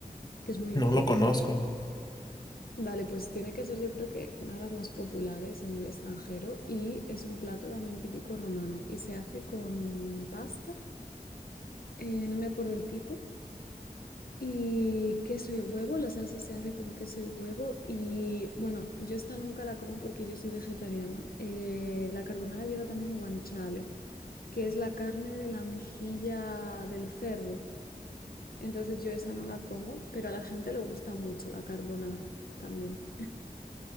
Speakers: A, on the left; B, on the left.
A: que es muy
B: no
A: típica.
B: lo conozco,
A: Vale, pues tiene que ser yo creo que una de las más populares en el extranjero y es un plato también típico romano y se hace con pasta, eh, no me acuerdo el tipo, y queso y huevo, la salsa se hace con queso y huevo y bueno, yo esta nunca la como porque yo soy vegetariana. Eh, la carbonara lleva también guanciale, que es la carne de la mejilla del cerdo, entonces yo esa no la como, pero a la gente le gusta mucho la carbonara también.